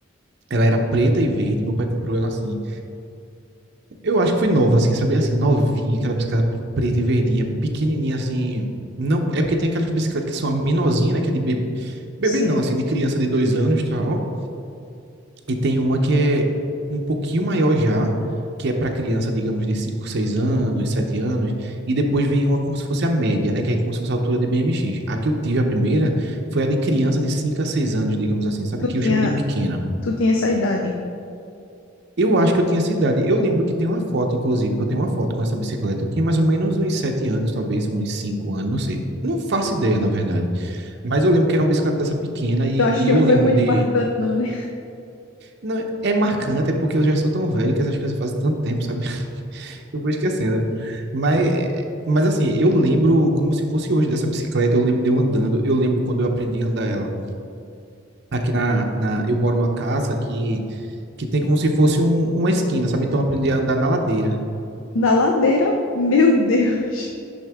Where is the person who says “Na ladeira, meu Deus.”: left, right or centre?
Left